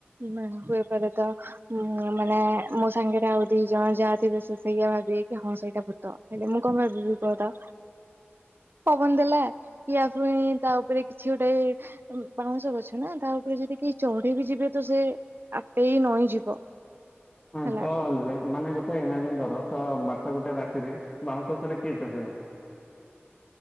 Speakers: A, on the right; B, on the left.
A: ମୁଁ ହୋଇପାରେତ ହୁଁ ମାନେ ମୋ ସାଙ୍ଗରେ ଆଉ ଦି ଜଣ ଯାହା ଥିବେ ସେ ସେଇଆ ଭାବିବେ କି ହଁ ସେଇଟା ଭୂତ। ହେଲେ ମୁଁ କଣ ଭାବିବି କୁହତ? ପବନ ଦେଲା, କି ଆଥରେ ପୁଣି ତା ଉପରେ କିଛି ଗୋଟେ ବାଉଁଶ ଗଛ ନା, ତା ଉପରେ ଯଦି କେହି ଚଢିବି ଯିବେ ତ ସେ ଆଟେଇ ନଇଁ ଯିବ।
B: ହଁ
A: ହେଲା
B: ତ ହେଲେ, ମାନେ ଗୋଟେ ଇମାଜିନ୍ କର ତ ବାରଟା ଗୋଟେ ରାତିରେ ବାଉଁଶ ଗଛରେ କିଏ ଚଢିବ?